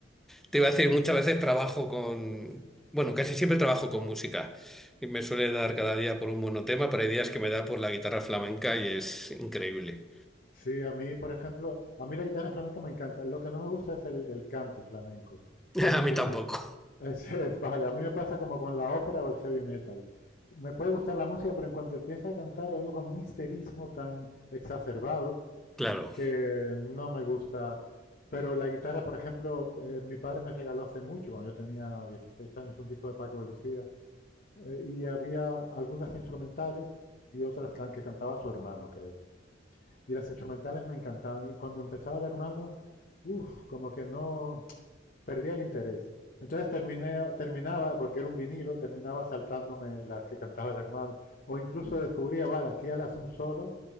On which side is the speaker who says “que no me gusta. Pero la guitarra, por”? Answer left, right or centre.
Left